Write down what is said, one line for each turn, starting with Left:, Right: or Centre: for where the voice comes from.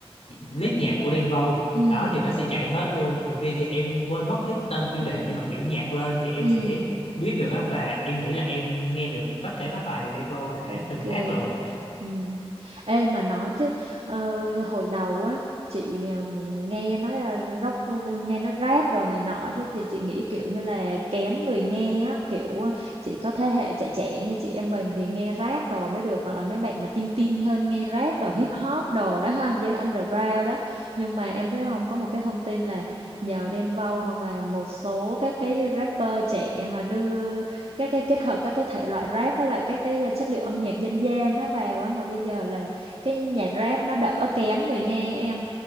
Left: list nhạc của Đen Vâu
Right: ừ
Left: đó thì nó sẽ chạy hết luôn nhiều khi thì em quên mất cái tên tiêu
Right: ừ
Left: đề nhưng mà kiểu nhạc lên thì em
Right: ừ
Left: sẽ biết được á và em nghĩ là em nghe được tất cả các bài Đen Vâu đã
Right: ok
Left: từng hát rồi
Right: ừ ê mà nói chứ ờ, hồi đầu á chị ờ, nghe nói là rock nghe nó rap đồ này nọ chứ chị chị nghĩ kiểu như là kén người nghe á kiểu ờ, chỉ có thế hệ trẻ trẻ như chị em mình thì nghe rap đồ mới được hoặc là mấy bạn mà tin tin hơn nghe rap đồ hip hop đồ đó ha giới underground đó nhưng mà em biết không có một cái thông tin là nhờ Đen Vâu hoặc là một số các cái rapper trẻ mà đưa các cái kết hợp các cái thể loại rap với lại các cái uh, chất liệu âm nhạc dân gian nó vào á mà bây giờ là cái nhạc rap nó đỡ kén người nghe em